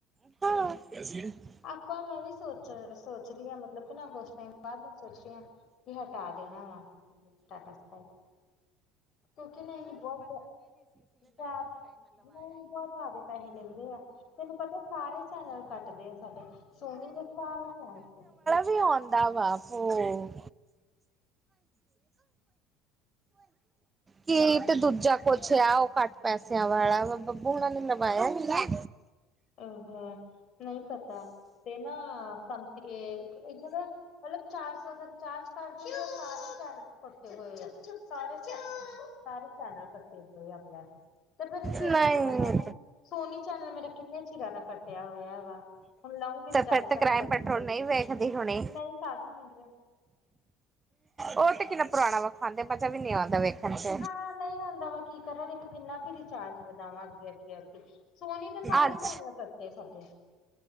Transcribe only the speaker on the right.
ਹਾਂ।
ਕੀ ਆਉਂਦਾ ਵਾ ਓ। ਕੀ ਤੇ ਦੂਜਾ। ਅੱਛਾ ਓ ਘੱਟ ਪੈਸਿਆਂ ਵਾਲਾ ਵ ਬੱਬੂ ਹੋਨਾ ਨੇ ਲਵਾਇਆ ਨੀ ਐ।
ਨਹੀਂ
ਫਿਰ
ਕ੍ਰਾਈਮ
ਪੈਟਰੋਲ
ਨਹੀਂ
ਵੇਖਦੀ ਹੋਣੀ।
ਉਹ ਤੇ ਕਿੰਨਾ ਪੁਰਾਣਾ ਵਾ ਖਾਂਦੇ ਮਜਾ ਵੀ ਨੀ ਆਦਾ ਵੇਖਣ। ਚ।
ਅੱਜ